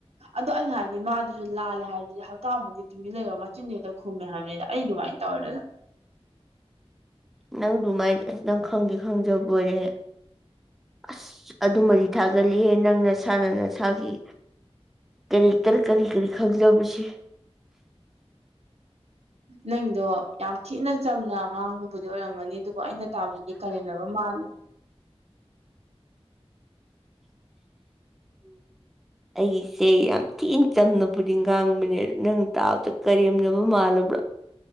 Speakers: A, on the right; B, in the centre.
A: ꯑꯗꯣ ꯑꯩꯅ ꯍꯥꯏꯗꯤ ꯃꯥꯗꯨꯁꯨ ꯂꯥꯂꯦ ꯍꯥꯏꯔꯗꯤ ꯍꯞꯇꯥꯃꯨꯀꯇꯤ ꯇꯨꯝꯃꯤꯟ ꯂꯩꯔꯣ ꯃꯆꯤꯟꯁꯦ ꯍꯦꯛꯇ ꯍꯦꯛꯇ ꯈꯨꯝꯃꯦ ꯍꯥꯏꯕꯅꯤꯗ ꯑꯩ ꯑꯗꯨꯃꯥꯏꯅ <unintelligible>
B: ꯅꯪ ꯑꯗꯨꯃꯥꯏꯅ ꯑꯁ ꯅꯪ ꯈꯪꯗꯤ ꯈꯪꯖꯕꯣꯏꯔꯦꯍꯦ꯫ ꯑꯁ ꯑꯗꯨꯃꯗꯤ ꯊꯥꯒꯠꯂꯤꯍꯦ ꯅꯪ ꯅꯁꯥꯅ ꯅꯁꯥꯒꯤ꯫ ꯀꯔꯤꯀꯥꯔ ꯀꯔꯤ ꯀꯔꯤ ꯈꯪꯖꯕꯁꯤ꯫
A: ꯅꯪꯗꯣ ꯌꯥꯝ ꯊꯤꯅ ꯆꯝꯅ ꯉꯥꯡꯕꯕꯨꯗꯤ ꯑꯣꯏꯔꯝꯒꯅꯤ ꯑꯗꯨꯕꯨ ꯑꯩꯅ ꯇꯥꯕꯗꯗꯤ ꯀꯔꯦꯝꯅꯕ ꯃꯥꯜꯂꯦ
B: ꯑꯩꯁꯦ ꯌꯥꯝ ꯊꯤꯅ ꯆꯝꯅꯕꯨꯗꯤ ꯉꯥꯡꯕꯅꯦ ꯑꯗꯨ ꯅꯪ ꯇꯥꯕꯗ ꯀꯔꯦꯝꯅꯕ ꯃꯥꯜꯂꯕ꯭ꯔꯥ